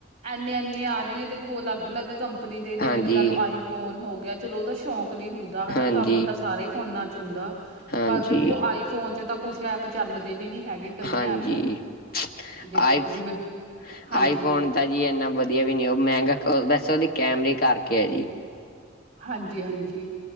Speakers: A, on the right; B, on the left.
A: ਐਨੇ-ਐਨੇ ਆ ਰੇ ਨੇ ਦੇਖੋ ਅਲੱਗ-ਅਲੱਗ ਕੰਪਨੀ ਦੇ ਜਿਵੇਂ
B: ਹਾਂਜੀ
A: ਲਗਾਲੋ ਆਈ ਫੋਨ ਹੋ ਗਿਆ ਚਲੋ ਓਤਾ ਸ਼ੌਕ ਲੀ ਹੁੰਦਾ ਹੈਨਾ
B: ਹਾਂਜੀ
A: ਕੰਮ ਤਾ ਸਾਰੇ ਫੋਨਾਂ 'ਚ ਹੁਂਦਾ।
B: ਹਾਂਜੀ
A: ਪਰ ਦੇਖੋ ਆਈ ਫੋਨ 'ਚ ਤਾ ਕੁਛ ਐਪ ਚੱਲਦੇ ਵੀ ਨੀਂ ਹੈਗੇ। ਕਈ
B: ਹਾਂਜੀ,
A: ਐਪ ਦੇਖੋ
B: ਆਈ ਫ,
A: ਜਿਵੇਂ ਹਾਂਜੀ,
B: ਆਈ ਫੋਨ ਤਾ ਜੀ ਐਨਾ ਵਧੀਆ ਵੀ ਨੀ ਉਅ ਮੈਂਗਾ ਕਅ ਵੈਸ ਓਦੇ ਕੈਮਰੇ ਕਾਰਕੇ ਐ ਜੀ।
A: ਹਾਂਜੀ-ਹਾਜੀ।